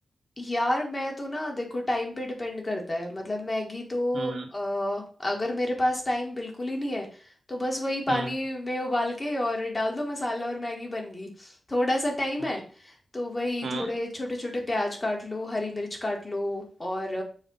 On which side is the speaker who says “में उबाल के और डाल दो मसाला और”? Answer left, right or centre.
Left